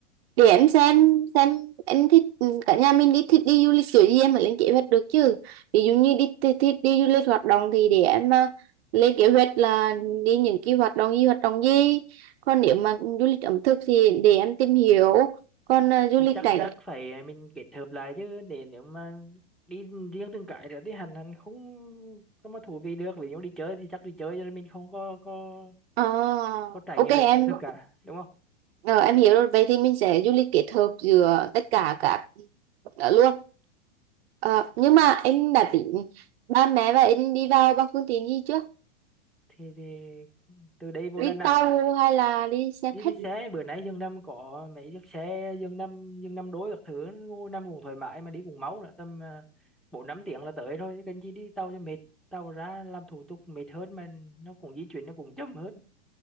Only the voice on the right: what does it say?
để em xem xem em thích ừ, cả nhà mình đi thích đi du lịch kiểu gì em phải lên kế hoạch được chứ ví dụ như đi thích, thích đi du lịch hoạt động thì để em mà lên kế hoạch là đi những cái hoạt động gì hoạt động gì còn nếu mà du lịch ẩm thực thì để em tìm hiểu còn à, du
lịch
cảnh
Ờ,
ok
em
Ờ, em hiểu rồi vậy thì mình sẽ du lịch kết hợp giữa tất cả các đó luôn Ờ, nhưng mà em đã tính ba mẹ và em đi vào bằng phương tiện gì chưa
đi
tàu hay là đi xe
khách